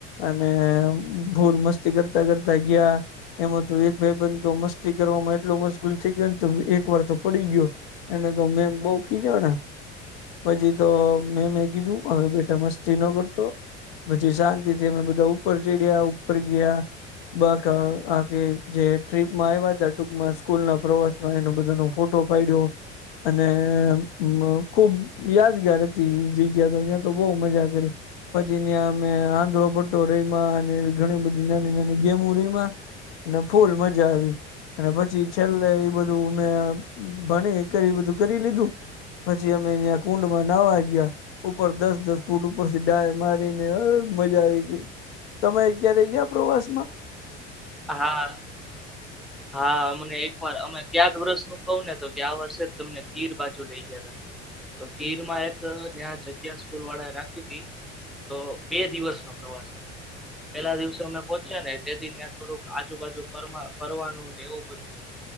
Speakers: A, on the left; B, in the centre.
A: અને ભૂલ મસ્તી કરતા કરતા ગયા એમાં તો એક ભાઈ બન તો મસ્તી કરવામાં એટલો મશગુલ થઈ ગયોને તો એક વાર તો પડી ગયો એને તો મે બહુ ખીજાડા પછી તો મેમે કીધું હવે બેટા મસ્ નો કરતો. પછી શાંતિ થી અમે બધા ઉપર ચડ્યા ઉપર ગયા બાકા આખી જે ટ્રીપમાં આવ્યા હતા. ટૂકમાં સ્કૂલ ના પ્રવાસમાં એનો બધાનો ફોટો પાડ્યો અને આમ ખુબ યાદગાર હતી એ જગ્યા તો ત્યા તો બવ મજા પછીં ન્યા અમે આંધળો પટ્ટો રયમા અને એવી ઘણી બધી નાની નાની ગેમો રયમાં અને ફૂલ મજ મજા આવી અને પછી છેલ્લે એ બધું મે ભણી કરી એ બધું કરી લીધું પછી અમે અયા કુંડમાં નાવા ગયા ઉપર દસ દસ ફૂટ ઉપર થી ડાય મારીને એય મજા આવી ગઈ. તમે ક્યારે ગયા પ્રવાસ માં?
B: હા હા અમને એક વાર અમે ગયાત્ વર્ષનું કહુ ને તો કે ગ્યા વર્ષે જ તમને ગીર બાજુ લઈ ગયા તા. તો ગીર માં એક ન્યા જગ્યા સ્કૂલ વાળા એ રાખી તી. તો બે દિવસ નો પ્રવાસ <inaudible> પેલા દિવસે અમે પોહચ્યા ને તેથી ન્યા આજુબાજુ ફરવા ફરવાનું ને એવું બધું હતું